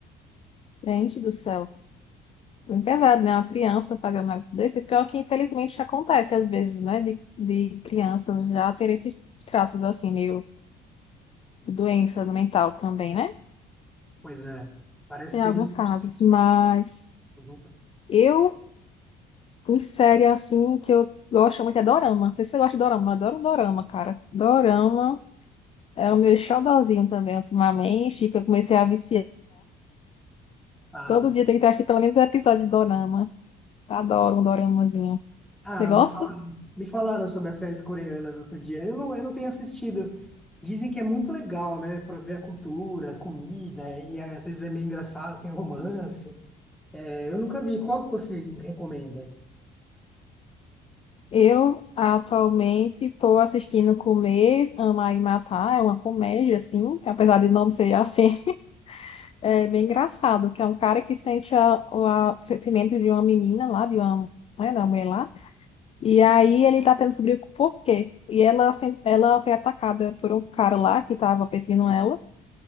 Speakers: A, on the left; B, in the centre.
A: gente do céu. Bem pesado, né? Uma criança fazendo algo desse. E Pior que, infelizmente, acontece às vezes, né? De, de crianças já ter esses traços, assim, meio de doença mental também, né?
B: Pois é, parece
A: Tem
B: que
A: alguns
B: ele não conseguiu.
A: casos, mas
B: Uhum.
A: eu, em série, assim, que eu gosto muito é dorama. Não sei se você gosta de dorama, mas eu adoro um dorama, cara. Dorama é o meu xodozinho também, ultimamente, que eu comecei a viciar.
B: Ah,
A: Todo dia tem que ter, acho que pelo menos um episódio de dorama. Adoro um doramazinho.
B: ah,
A: Você gosta?
B: me falaram, me falaram sobre as séries coreanas outro dia. Eu não, eu não tenho assistido. Dizem que é muito legal, né? Pra ver a cultura, a comida, e às vezes é meio engraçado, tem romance. É, eu nunca vi. Qual que você recomenda?
A: Eu atualmente estou assistindo Comer, Amar e Matar. É uma comédia, assim, que apesar de não ser assim, <laughs> é bem engraçado, que é um cara que sente a- o a- o sentimento de uma menina lá, de uma, né, da mulher lá. E aí ele tá tentando descobrir o porquê. E ela, sem- ela foi atacada por um cara lá que estava perseguindo ela.